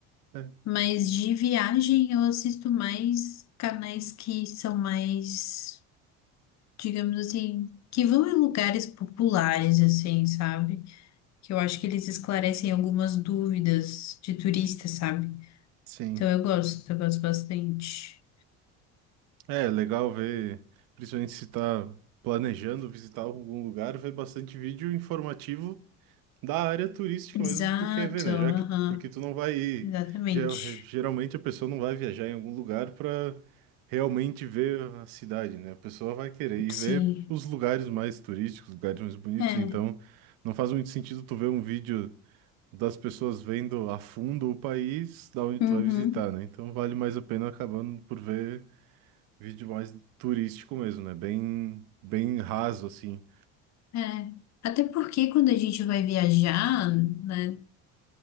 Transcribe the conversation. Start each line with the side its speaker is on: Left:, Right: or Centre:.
Right: é,
Left: Mas de viagem eu assisto mais canais que são mais, digamos assim, que vão em lugares populares, assim, sabe? Que eu acho que eles esclarecem algumas dúvidas de turista, sabe?
Right: sim.
Left: Então eu gosto, eu gosto bastante.
Right: É legal ver, principalmente se tá planejando visitar algum lugar, ver bastante vídeo informativo da área turística
Left: Exato,
Right: mesmo que tu quer ver, né?
Left: aham,
Right: Já que, porque tu não vai ir.
Left: exatamente.
Right: ge- Geralmente a pessoa não vai viajar em algum lugar para realmente ver a cidade, né? A pessoa vai querer ir
Left: Sim,
Right: ver os lugares mais turísticos, os lugares mais bonitos.
Left: é,
Right: Então, não faz muito sentido tu ver um vídeo das pessoas vendo a fundo o país da onde tu
Left: uhum,
Right: vai visitar, né? Então, vale mais a pena acabando por ver vídeo mais turístico mesmo, né? Bem, bem raso assim.
Left: é, é. Até porque quando a gente vai viajar, né,